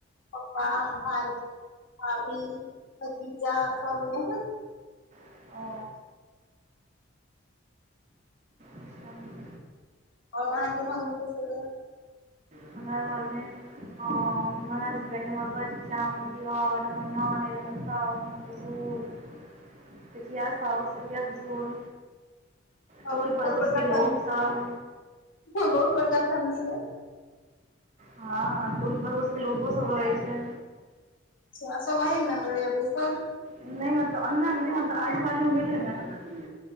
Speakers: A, on the left; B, on the right.
A: पप्पा भायजी भाबी भतीजा सब य
B: ओ अच्छा।
A: आओर अहाॅंके घर मे के सब ऐ
B: हमरा घर मे हम हमर हसबैंड हमर बच्चा हमर दीयर हमर ननैद हमर साउस हमर ससुर
A: <inaudible>
B: पिसीया साउस पिसीया ससुर टोल
A: हमर बहुत
B: पड़ोस
A: बड़का
B: के लोक
A: फैमिली
B: सब
A: बहुत बड़का फैमिली ऐ
B: हँऽ टोल पड़ोस के लोको सब रहै छै
A: सेह सब अहीं अंगना मे रहै या बसिल
B: नय मतलब अंगना मे नय मतलब आजू बाजू मे भेलै ने